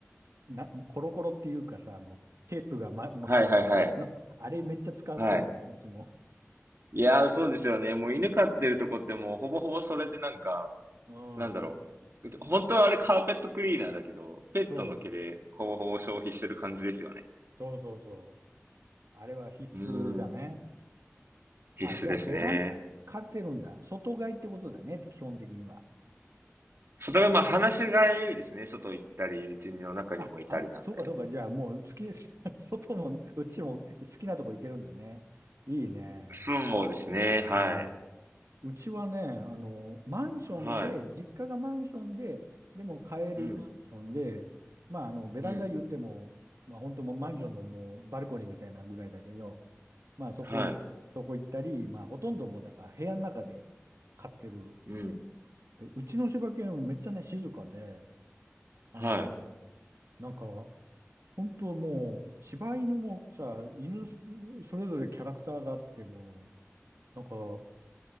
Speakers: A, on the right; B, on the right.
A: な、コロコロっていうかさ、あの、テープが、ま、巻かれたさ、
B: はいはいはい。
A: あの、あれめっちゃ使ってるもん、
B: はい。
A: うちも。
B: いやー、そうですよね。もう犬飼ってるとこってもうほぼほぼそれでなんか、
A: <laughs> うん。
B: なんだろう。本当はあれカーペットクリーナーだけど、ペットの毛でほぼほぼ消費してる感じですよね。
A: そう。そうそうそう。あれは必須だね。
B: うん。必須ですね。
A: あ、じゃあベランダ買ってるんだ。外買いってことだね、基本的には。
B: それはまあ話がいいですね。外行ったり、うちの中にもいたりなんで。
A: あ、は、そうかそうか。じゃあもう好きです。<laughs> 外も、うちも好きなとこ行けるんだね。いいね。
B: そうですね。はい。
A: うん。うちはね、あの、マンションで、
B: はい。
A: 実家がマンションで、でも買えるマンションで、
B: うん。
A: まあ、あの、ベランダ言っても、
B: うん。
A: まあ、本当もうマンションのもうバルコニーみたいなぐらいだけど、まあ、そこい、
B: はい。
A: そこ行ったり、まあ、ほとんどもうだから部屋の中で飼ってる。
B: うん。
A: で、うちの柴犬めっちゃね、静かで、あの、
B: はい。
A: なんか、本当もう、柴犬もさ、犬、それぞれキャラクターがあっても、なんか、吠